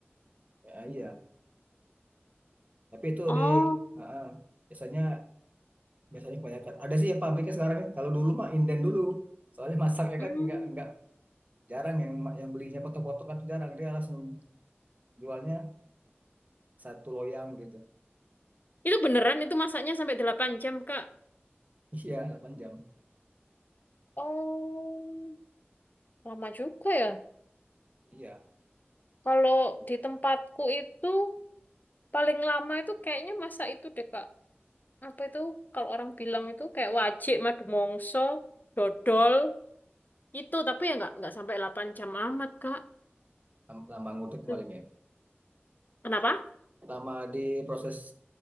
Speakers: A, on the right; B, on the left.
A: Ya, iya, tapi itu
B: Oh,
A: di ah, ah. biasanya biasanya kebanyakan ada sih ya pabriknya sekarang ya. kalau dulu mah inden dulu soalnya <laughs> masaknya
B: hmm.
A: kan nggak nggak jarang yang yang belinya potong-potong kan tuh jarang dia langsung jualnya satu loyang gitu
B: Itu beneran itu masaknya sampai 8 jam, Kak.
A: <laughs> iya 8 jam
B: Oh, lama juga ya.
A: iya
B: Kalau di tempatku itu paling lama itu kayaknya masa itu deh, Kak. Apa itu? Kalau orang bilang itu kayak wajik madu mongso, dodol, itu tapi ya nggak nggak sampai 8 jam amat, Kak.
A: lam- lama ngudek
B: Itu-
A: paling ya
B: Kenapa?
A: lama di proses